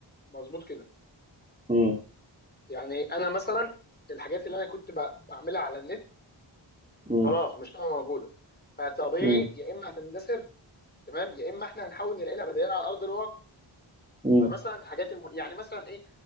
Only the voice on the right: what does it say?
مم.
مم.
مم.
مم.